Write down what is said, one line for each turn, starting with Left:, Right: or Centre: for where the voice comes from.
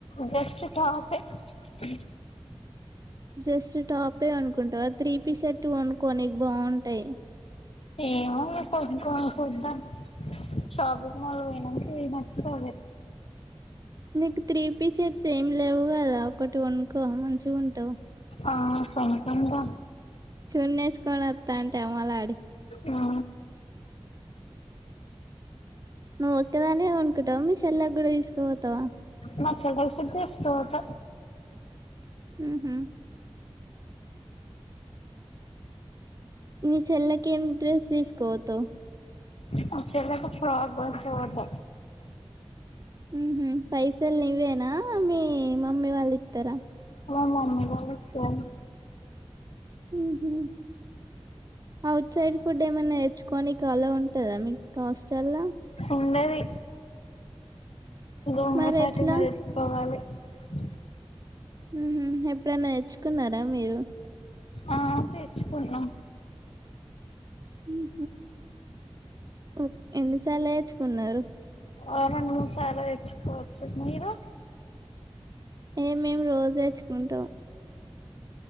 Left: జస్ట్ టాప్ ఏ
Right: జస్ట్ టాపే కొనుకుంటవ త్రీపీ సెట్ కొనుకో నీకు బాగుంటయ్
Left: ఏమో రేపేద్గ్గో సుద్దాం షాపింగ్ మాల్కు పోయినంక ఏది నచ్చితే అదే
Right: నీకు త్రీ పీస్ సెట్స్ ఏం లేవ్వు కదా ఒకటి కొన్కో మంచిగుంటవ్
Left: ఆ కొనుకుంటా
Right: చూన్నేసుకొని ఒతంటే అమ్మలాడి
Left: ఆ
Right: నువ్వు ఒక్కదానే కొనుకుంటావ మీ చెెల్లకు కూడా తీసుకపోతావ
Left: మా చెల్లెకుసుత తీసుకపోత
Right: మ్ హమ్ మీ చెల్లకి ఏం డ్రెస్ తీసుకపోతవ్
Left: మా చెల్లెకు ఫ్రాక్ కొంచపోత
Right: మ్ హు పైసలునివ్వేనా మీ మమ్మీ వాళ్ళు ఇత్తరా
Left: మా మమ్మీ వాళ్ళు ఇస్తారు
Right: మ్ హు ఔట్ సైడ్ ఫుడ్ ఏమైనా నేర్చుకోొనికి అలో ఉంటదా మీకు హాస్టల్ల్లా
Left: ఉండది దొంగ
Right: మరి
Left: సాటుగ్గ
Right: ఎట్లా
Left: తెచ్చుకోవలే ఇ
Right: మ్ హు ఎప్పుడన్న నేర్చుకున్నారా మీరు
Left: ఆ తెచ్చుకున్నాం
Right: మ్ హు ఎన్నిసార్ల తేచ్చుకున్నారు
Left: ఓ రెండు మూడు సార్ల తెచ్చుకోవచ్చు మీరు
Right: ఏ మేము రోజు తేచ్చుకుంటం